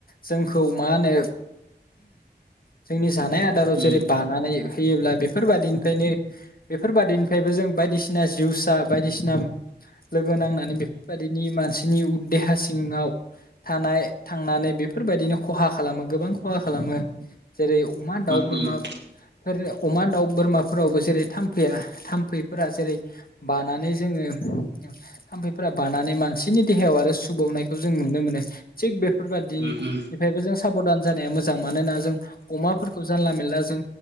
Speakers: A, on the left; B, on the right.
A: जोंखौ मा होनो जोंनि जानाय आदाराव
B: उम
A: जेरै बानानै फैयोब्ला बेफोर बादिनिफ्रायनो बेफोर बादिनिफायबो जोङो बायदिसना जिवसा बायदिसिना लोगो नांनानै बेफोर बादिनिनि मानसि नि उ देहा सिंङाव थानाय थांनानै बेफोरबायदिनो खहा खालामो गोबां खहा खालामो जेरै अमा दाउ बोरमाफोर
B: उम
A: अमा दाउ बोरमाफोरावबो जेरै थामफैया थाम्फैफोरा जेरै बानानै जोंङो थाम्फैफोरा बानानै मानसिनि देहायाव आरो सुबावनायखौ जों नुनो मोनो थिग बे बेफोरबायादिनिफ्रायबो
B: उम
A: जों साबधान जानाया मोजां मानोना जों अमाफोरखौ जानला मोनला जों